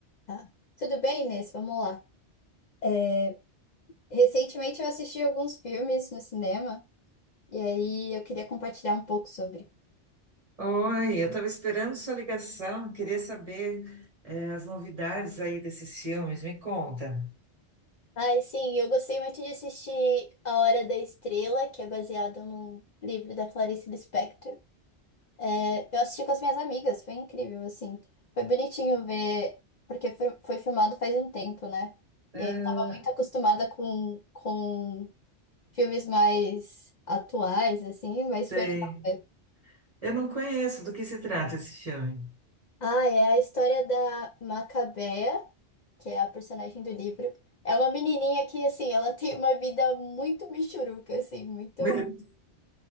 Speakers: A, on the left; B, on the right.
A: Tá. Tudo bem, Inês? Vamos lá. É, recentemente eu assisti alguns filmes no cinema e aí eu queria compartilhar um pouco sobre.
B: Oi, eu estava esperando sua ligação, queria saber eh, as novidades aí desses filmes, me conta.
A: Ai, sim, eu gostei muito de assistir A Hora da Estrela, que é baseado num livro da Clarice Lispector. É, eu assisti com as minhas amigas, foi incrível, assim. Foi bonitinho ver, porque fr- foi filmado faz um tempo, né?
B: Ah,
A: E aí eu tava muito acostumada com, com filmes mais atuais, assim, mas
B: sei.
A: foi legal. ver.
B: Eu não conheço, do que se trata esse filme?
A: Ah, é a história da Macabea, que é a personagem do livro. É uma menininha que, assim, ela tem uma vida muito michuruca, assim, muito
B: <laughs>